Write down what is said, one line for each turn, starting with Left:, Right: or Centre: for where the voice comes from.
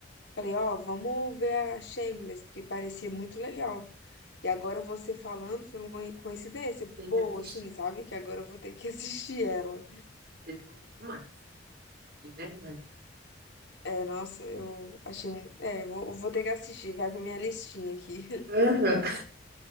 Left: Falei, ó, vamos ver a Shameless, porque parecia muito legal. E agora você falando foi uma coi- coincidência boa,
Right: Tem que assistir.
Left: assim, sabe? Que agora eu vou ter que <laughs> assistir ela.
Right: Vocês vão rir demais, de verdade.
Left: É, nossa, eu achei. um- É, vou, vou ter que assistir, vai pra minha listinha aqui.
Right: Aham.